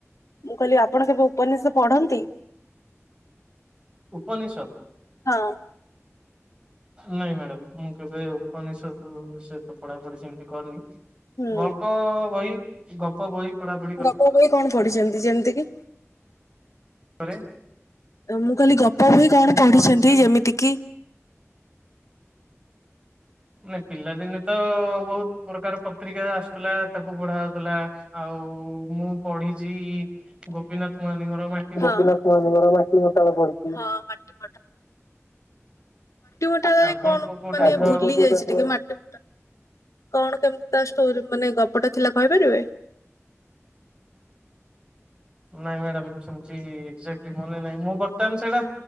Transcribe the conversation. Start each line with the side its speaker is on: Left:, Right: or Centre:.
Left: ମୁଁ କହିଲି ଆପଣ କେବେ ଉପନିଶ ପଢନ୍ତି?
Right: ଉପନିଶ।
Left: ହଁ ‌।
Right: ନାଇଁ ମ୍ୟାଡାମ, ମୁଁ କେବେ ଉପନିଶଦ ସେତ ପଢା ପଢି ସେମତି କରିନି।
Left: ହୁଁ।
Right: ଗଳ୍ପ ବହି ଗପ ବହି ପଢାପଢି
Left: ଗପ ବହି କଣ ପଢିଛନ୍ତି, ଯେମିତି କି?
Right: ପରେ।
Left: ମୁଁ କହିଲି ଗପ ବହି କଣ ପଢିଛନ୍ତି,
Right: ପଢିଛି
Left: ଯେମିତି କିି?
Right: ନାଇ ପିଲାଦିନ ତ ବହୁତ ପ୍ରକାର ପକ୍ରିୟା ଆସୁଥିଲା। ତାକୁ ପଢା ହଉଥିଲା ଆଉ, ମୁଁ ପଢିଛି ଗୋପିନାଥ ମହାନ୍ତିଙ୍କର ମାଟ
Left: ଗୋପୀନାଥ ମହାନ୍ତିଙ୍କର ମାଟି ପଟାଳ କରିଥିଲି। ମାଟି ପଟାଳରେ
Right: ଆପଣ
Left: କଣ,
Right: କୋଉ
Left: ମୁଁ
Right: କୋଉ
Left: ମାନେ
Right: ଟାଇପ ର
Left: ଭୁଲି ଯାଇଛି ଟିକେ ମାଟି। କଣ କେମିତି ତାଷ୍ଟୋରୀ ମାନେ ଗପଟି ଥିଲା କହିପାରିବେ?
Right: ନାଇଁ ମ୍ୟାଡାମ ସେମିତି ଏକ୍ଜାକ୍ଟଲି ମନେ ନାହିଁ, ମୁଁ ବର୍ତ୍ତମାନ ସେଇଟା